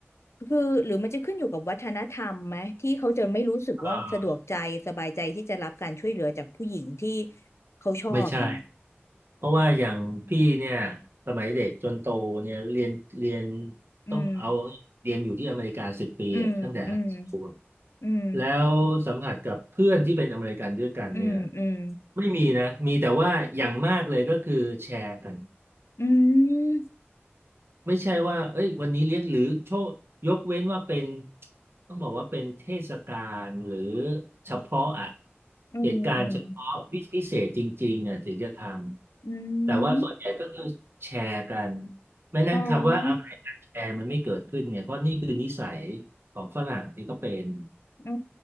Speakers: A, on the left (about 85°); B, on the right (about 60°).
A: คือหรือมันจะขึ้นอยู่กับวัฒนธรรมไหมที่เขาจะไม่รู้สึกว่าสะดวกใจสบายใจที่จะรับการช่วยเหลือจากผู้หญิงที่
B: เออ
A: เขาชอบอย่างงี้
B: ไม่ใช่ เพราะว่าอย่างพี่เนี่ยสมัยเด็กจนโตเนี่ยเรียนเรียน
A: อืม
B: ต้องเอาเรียนอยู่ที่อเมริกาสิบปีอะตั้งแต่ไฮสคูล
A: อืมอืมอืม
B: แล้วสัมผัสกับเพื่อนที่เป็นอเมริกันด้วยกันเนี่ย
A: อืมอืม
B: ไม่มีนะมีแต่ว่าอย่างมากเลยก็คือแชร์กัน
A: อืม
B: ไม่ใช่ว่าเอ้ยวันนี้เลี้ยงหรือโชคยกเว้นว่าเป็นต้องบอกว่าเป็นเทศกาลหรือเฉพาะอ่ะ
A: อืมอืม
B: เหตุการณ์เฉพาะวิพิเศษจริงๆอ่ะถึงจะทำแต่ว่าส่วนใหญ่ก็คือแชร์กัน
A: อืม
B: ไม่นั้นคำว่าอะไรกันแชร์มันไม่เกิดขึ้นเนี่ยเพราะนี่คือนิสัย
A: อ๋อ
B: ของฝรั่งที่ก็เป็น
A: อ๋อ